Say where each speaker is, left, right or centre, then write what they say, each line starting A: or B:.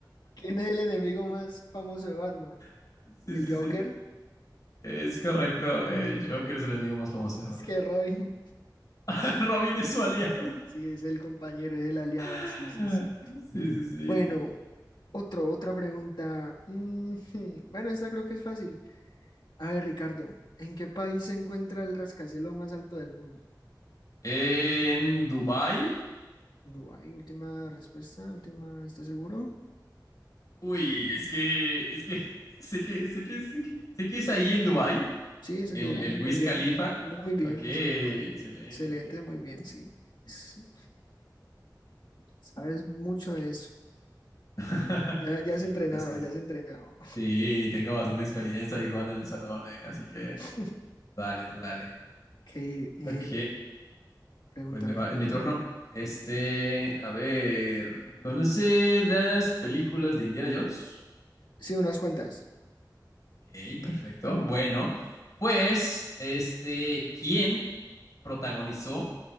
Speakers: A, on the left; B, on the left.
A: ¿Quién es el enemigo más famoso de Batman?
B: <laughs> sí,
A: ¿El
B: sí,
A: Joker?
B: sí. Es correcto, el Joker es el enemigo más famoso de
A: Es
B: Batman.
A: que Robin. <laughs>
B: <laughs> Robin es su aliado.
A: Sí, es el compañero, es el aliado.
B: <laughs>
A: Sí, sí, sí.
B: Sí, sí, sí.
A: Bueno, otro, otra pregunta. Ujú, <laughs> Bueno, esta creo que es fácil. A ver, Ricardo, ¿en qué país se encuentra el rascacielos más alto del mundo?
B: En Dubái
A: Dubái, última respuesta, última, ¿estás seguro?
B: Uy, es que, es que, <laughs> sé que, sé que, sé que, sé que es ahí en Dubái,
A: Sí, es
B: el,
A: en Dubái,
B: el Wiz
A: muy bien,
B: Khalifa.
A: muy bien,
B: Ok, excelente.
A: es en Dubái. Excelente, muy bien, sí. Sí, Sabes mucho de eso.
B: <laughs>
A: Ya, ya
B: Sí,
A: has entrenado,
B: la verdad es que
A: ya has entrenado.
B: sí, tengo bastante experiencia ahí jugando en el salón, eh, así que
A: <laughs>
B: dale, tú dale.
A: Ok, eh,
B: Ok,
A: pregúntame.
B: pues me va, es mi turno. Este,
A: Sí.
B: a ver, ¿conoces las películas de Indiana Jones?
A: Sí, unas cuantas.
B: Ok, perfecto. Bueno, pues, este, ¿quién protagonizó